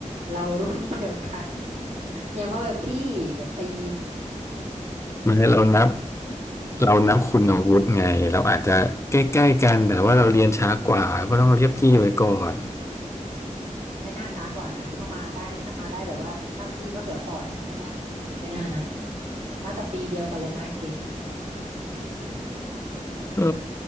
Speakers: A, on the right (about 65°); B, on the left (about 20°).
A: เรารุ่นเดียวกันอย่ามาแบบพี่เดี๋ยวตี
B: เหมือนเรานับเรานับคุณอาวุธไงเราอาจจะใกล้ๆกันแต่ว่าเราเรียนช้ากว่าก็ต้องเรียกพี่ไว้ก่อน <laughs>
A: ไม่น่าช้ากว่านะ ถ้ามาได้ถ้ามาได้แบบว่าต้มจีมะเขือเปอเนี่ยไม่น่าช้าไม่น่านะ น่าจะปีเดียวกันเลยนะจริง
B: เออ